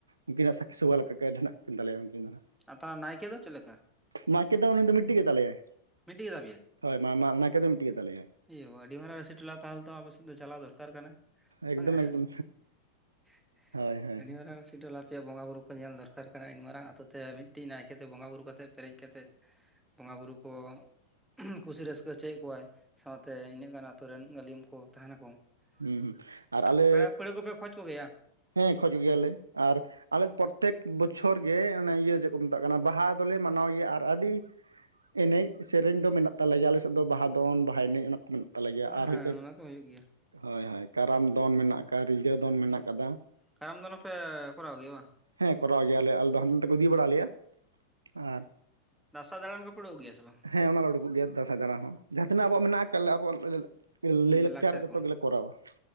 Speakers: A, on the right (about 75°); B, in the centre.
A: ᱩᱱᱠᱤᱱᱟᱜ ᱥᱟᱠᱷᱤ ᱥᱚᱵᱷᱟ ᱞᱮᱠᱟ ᱠᱮᱴ ᱦᱮᱱᱟᱜ ᱠᱤᱱ ᱛᱟᱞᱮᱭᱟ ᱩᱱᱠᱤᱱ ᱫᱚ ᱱᱟᱦᱟᱸᱜ।
B: ᱟᱨ ᱛᱟᱦᱞᱮ ᱱᱟᱭᱠᱮ ᱫᱚ ᱪᱮᱫ ᱞᱮᱠᱟ?
A: ᱱᱟᱭᱠᱮ ᱫᱚ ᱩᱱᱤ ᱫᱚ ᱢᱤᱫᱴᱤᱡ ᱜᱮ ᱛᱟᱞᱮᱭᱟᱭ᱾
B: ᱢᱤᱫᱴᱤᱡ ᱜᱮ ᱛᱟᱯᱮᱭᱟ?
A: ᱦᱳᱭ ᱢᱟ ᱱᱟᱭᱠᱮ
B: <inaudible>
A: ᱫᱚ ᱢᱤᱫᱴᱤᱡ ᱜᱮ ᱛᱟᱞᱮᱭᱟᱭ
B: ᱮ ᱵᱟᱵᱟ ᱟᱹᱰᱤ ᱢᱟᱨᱟᱝ ᱨᱟᱹᱥᱤ ᱴᱚᱞᱟ ᱛᱟᱦᱟᱞᱮ ᱛᱚ ᱟᱯᱮᱥᱮᱫ ᱫᱚ ᱪᱟᱞᱟᱣ ᱫᱚᱨᱠᱟᱨ ᱠᱟᱱᱟ᱾
A: ᱮᱠᱫᱚᱢ
B: ᱵᱟᱝᱟ
A: ᱮᱠᱫᱚᱢ
B: <inaudible>
A: ᱦᱳᱭ ᱦᱳᱭ
B: ᱟᱹᱰᱤ ᱢᱟᱨᱟᱝ ᱨᱟᱹᱥᱤ ᱴᱚᱞᱟ ᱛᱮᱭᱟᱜ ᱵᱚᱸᱜᱟ ᱵᱩᱨᱩ ᱠᱚ ᱧᱮᱞ ᱫᱚᱨᱠᱟᱨ ᱠᱟᱱᱟ, ᱤᱱ ᱢᱟᱨᱟᱝ ᱟᱹᱛᱩ ᱛᱮ ᱢᱤᱫᱴᱤᱡ ᱱᱟᱭᱠᱮ ᱛᱮ ᱵᱚᱸᱜᱟ ᱵᱩᱨᱩ ᱠᱟᱛᱮᱫ ᱯᱮᱨᱮᱡ ᱠᱟᱛᱮᱫ <inaudible> ᱵᱚᱸᱜᱟ ᱵᱩᱨᱩ ᱠᱚ <inaudible> ᱠᱩᱥᱤ ᱨᱟᱹᱥᱠᱟᱹ ᱦᱚᱪᱚᱭᱮᱫ ᱠᱚᱣᱟᱭ, ᱥᱟᱶᱛᱮ ᱤᱱᱟᱹᱜ ᱜᱟᱱ ᱟᱛᱳ ᱨᱮᱱ ᱜᱟᱹᱞᱤᱢ ᱠᱚ ᱾ ᱛᱟᱦᱮᱱ ᱟᱠᱚ
A: ᱦᱩᱸ ᱦᱩᱸ
B: ᱾ <inaudible>
A: ᱟᱨ ᱟᱞᱮ
B: ᱯᱮᱲᱟ ᱯᱟᱹᱲᱦᱟᱹ ᱠᱚᱯᱮ ᱠᱷᱚᱡᱽ ᱠᱚᱜᱮᱭᱟ?
A: ᱦᱮᱸ ᱠᱷᱚᱡᱽ ᱠᱚ ᱜᱮᱭᱟᱞᱮ ᱟᱨ ᱟᱞᱮ ᱯᱨᱚᱛᱛᱮᱠ ᱵᱚᱪᱷᱚᱨ ᱜᱮ ᱚᱱᱮ ᱤᱭᱟᱹ ᱪᱮᱫ ᱠᱚ ᱢᱮᱛᱟᱜ ᱠᱟᱱᱟ ᱵᱟᱦᱟ ᱫᱚᱞᱮ ᱢᱟᱱᱟᱣ ᱜᱮᱭᱟ। ᱟᱨ ᱟᱹᱰᱤ ᱮᱱᱮᱡ ᱥᱮᱨᱮᱧ ᱫᱚ ᱢᱮᱱᱟᱜ ᱛᱟᱞᱮ ᱜᱮᱭᱟ ᱟᱞᱮᱥᱮᱫ ᱫᱚ ᱵᱟᱦᱟ ᱫᱚᱱ, ᱵᱟᱦᱟ ᱮᱱᱮᱡ, ᱚᱱᱟᱠᱚ ᱢᱮᱱᱟᱜ ᱛᱟᱞᱮ ᱜᱮᱭᱟ
B: ᱦᱮᱸ
A: ᱟᱨ
B: ᱦᱮᱸ
A: <unintelligible>
B: ᱚᱱᱟ
A: <inaudible>
B: ᱛᱚ ᱦᱩᱭᱩᱜ ᱜᱮᱭᱟ
A: ᱦᱳᱭ ᱦᱳᱭ ᱠᱟᱨᱟᱢ ᱫᱚᱱ ᱢᱮᱱᱟᱜ ᱠᱟᱫᱟ ᱨᱤᱡᱷᱟᱹ ᱫᱚᱱ ᱢᱮᱱᱟᱜ ᱠᱟᱫᱟ ᱾
B: ᱠᱟᱨᱟᱢ ᱫᱚᱱ ᱦᱚᱸ ᱯᱮ ᱠᱚᱨᱟᱣ ᱜᱮᱭᱟ ᱵᱟᱝ?
A: ᱦᱮᱸ ᱠᱚᱨᱟᱣ ᱜᱮᱭᱟᱞᱮ ᱟᱞᱮ ᱫᱚ ᱦᱟᱱᱛᱮ ᱠᱚ ᱤᱫᱤ ᱵᱟᱲ ᱞᱮᱭᱟ ᱾ <inaudible> ᱟᱨ
B: ᱫᱟᱥᱟᱸᱭ ᱫᱟᱬᱟᱱ ᱠᱚᱯᱮ ᱩᱰᱩᱠᱚᱜ ᱜᱮᱭᱟ ᱥᱮ ᱵᱟᱝ?
A: ᱦᱮᱸ ᱚᱱᱟᱞᱮ ᱩᱰᱩᱠᱚᱜ ᱜᱮᱭᱟ, ᱫᱟᱸᱥᱟᱭ ᱫᱟᱬᱟᱱ ᱦᱚᱸ ᱾ ᱡᱟᱦᱟᱸ ᱛᱤᱱᱟᱹᱜ ᱟᱵᱚᱣᱟᱜ ᱢᱮᱱᱟᱜ ᱟᱠᱟᱫ ᱟᱵᱚᱣᱟᱜ ᱞᱟᱹ ᱞᱟᱹ
B: ᱦᱩᱸ
A: ᱞᱟᱹᱭᱼᱞᱟᱠᱪᱟᱨ
B: ᱞᱟᱠᱪᱟᱨ
A: ᱡᱚᱛᱚ
B: ᱠᱚ
A: ᱜᱮᱞᱮ ᱠᱚᱨᱟᱣᱟ ᱾